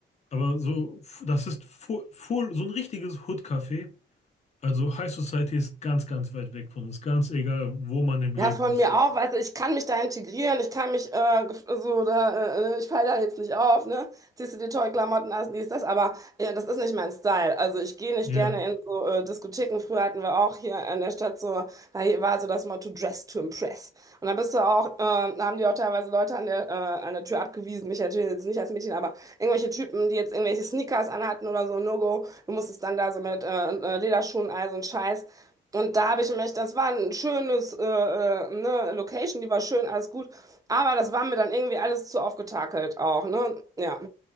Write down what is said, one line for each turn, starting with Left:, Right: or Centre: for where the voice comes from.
Left: Aber so, f- das ist fu- full, so ein richtiges Hood-Café. Also High Society ist ganz, ganz weit weg von uns, ganz egal, wo man im Leben
Right: Ja, von
Left: ist.
Right: mir auch, weißt du, ich kann mich da integrieren, ich kann mich äh, gef- so da, äh, äh, ich falle da jetzt nicht auf, ne? Ziehst du dir tolle Klamotten an, dies, das, aber äh, das ist nicht mein Style. Also ich gehe nicht
Left: Ja.
Right: gerne in so äh, Diskotheken. Früher hatten wir auch hier in der Stadt so, da hier war so das Motto Dress to Impress. Und da bist du auch, äh, da haben die auch teilweise Leute an der, äh, an der Tür abgewiesen, mich natürlich jetzt nicht als Mädchen, aber irgendwelche Typen, die jetzt irgendwelche Sneakers anhatten oder so, No-Go, du musstest dann da so mit äh, äh, Lederschuhen, all so ein Scheiß. Und da habe ich mich, das war ein schönes, äh, äh, ne, Location, die war schön, alles gut. Aber das war mir dann irgendwie alles zu aufgetakelt auch, ne? Ja,